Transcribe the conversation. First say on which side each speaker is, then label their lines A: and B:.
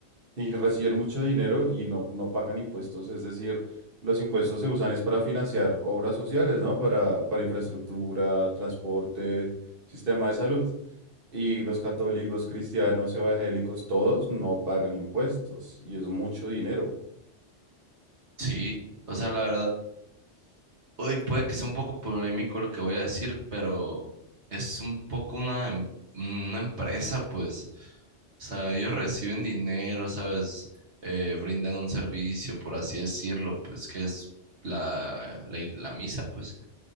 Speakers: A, on the right; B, on the right.
A: y reciben mucho dinero y no, no pagan impuestos, es decir, los impuestos se usan es para financiar obras sociales, ¿no? Para, para infraestructura, transporte, sistema de salud. Y los católicos, cristianos, evangélicos, todos no pagan impuestos y es mucho dinero.
B: Sí, o sea, la verdad Hoy puede que sea un poco polémico lo que voy a decir, pero es un poco una, em- una empresa, pues. O sea, ellos reciben dinero, ¿sabes? Eh, brindan un servicio, por así decirlo, pues que es la, la, ig- la misa, pues.